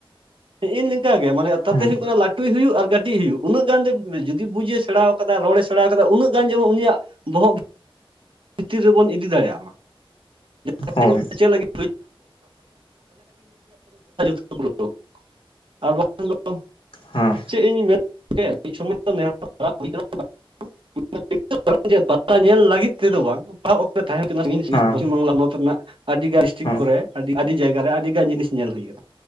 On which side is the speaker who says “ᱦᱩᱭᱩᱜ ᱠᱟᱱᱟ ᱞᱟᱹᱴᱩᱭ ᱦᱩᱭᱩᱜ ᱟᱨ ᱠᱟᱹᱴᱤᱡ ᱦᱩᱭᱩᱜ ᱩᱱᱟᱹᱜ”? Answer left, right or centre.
Right